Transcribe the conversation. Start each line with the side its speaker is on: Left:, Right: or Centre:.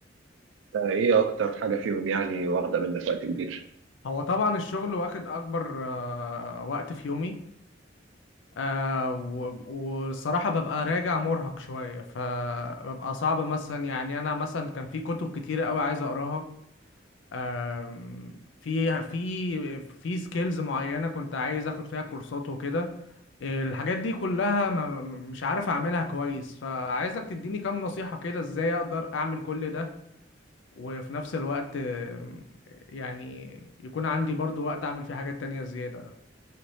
Right: ايه اكتر حاجه فيهم يعني واخده منك وقت كبير
Left: هو طبعا الشغل واخد اكبر آه، وقت في يومي آه و- والصراحة ببقى راجع مرهق شوية فببقى صعب مثلا يعني أنا مثلا كان في كتب كتيرة أوي عايز أقراها آم، في في في سكيلز معينة كنت عايز اخد فيها كورسات وكده الحاجات دي كلها ما مش عارف اعملها كويس فعايزك تديني كام نصيحة كده ازاي اقدر اعمل كل ده وفي نفس الوقت آم، يعني يكون عندي برضو وقت اعمل فيه حاجات تانية زيادة